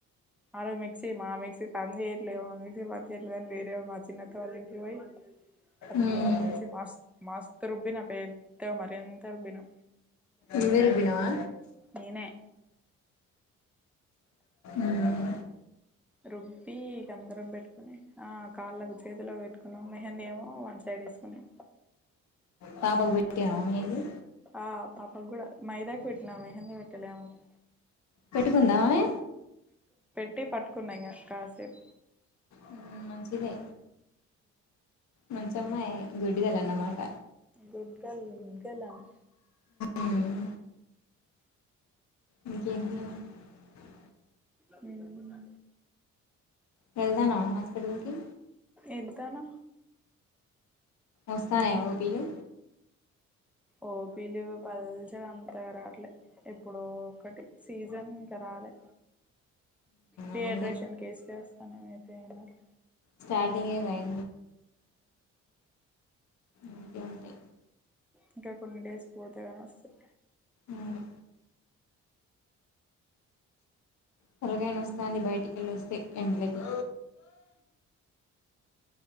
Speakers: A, in the centre; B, on the left (about 65°).
A: ఆరోజు మిక్సీ మా మిక్సీ పనిచేయట్లేదు మా మిక్సీ పన్ చేయట్లేదని వేరే మార్చ్ చిన్నక్క వాళ ఇంటికి పోయి. పట్టుకొని
B: మ్మ్
A: వచ్చి మాస్ మాస్తు రుబ్బి నా పెద్దగా మరిం అంత రుబ్బినం.
B: నువ్వే రుబ్బినవా.
A: నేనే
B: ఊ
A: రుబ్బీ ఇగ అందరం పెట్టుకుని, ఆ కాళ్ళకు చేతిలకు పెట్ కున్నం. మెహందీ ఏమో వన్ సైడ్ ఏసుకున్నం.
B: పాపకు పెట్టినవా మెహందీ.
A: ఆ పాపకి కూడా, మైదాక్ పెట్టినా మెహందీ పెట్టలే ఆమెకు.
B: పెట్టుకుందా ఆమె
A: ట్టి. పట్టుకున్నా ఇంగా కాసేప్.
B: ఉమ్ మంచిదే. మంచమ్మాయే. గుడ్డు గర్ల్ అన్నమాట.
A: గుడ్ గర్ల్, గుడ్ గర్ల్ ఆమె.
B: మ్మ్ ఇంకేంది <unintelligible>
A: హ్మ
B: వెళ్దామా హస్పిటల్కీ.
A: ఎందుకనా
B: వస్తానాయా ఓపీలు.
A: ఓపీలూ పల్చగ అంతగరాట్లే. ఇప్పుడో ఒకటి సీజన్. ఇంక రాలే. డీహైడ్రేషన్
B: అవునులే
A: కేసులే వస్తానై ఐతే పాక్.
B: స్టార్టింగే గా <inaudible> ఇంకేంటి.
A: ఇంకా కొన్ని డేస్ పోతే గాని వస్తయ్.
B: అవును తలకాయ్ నొస్తాంది బయటికెళ్ళొస్తె, ఎండలకి.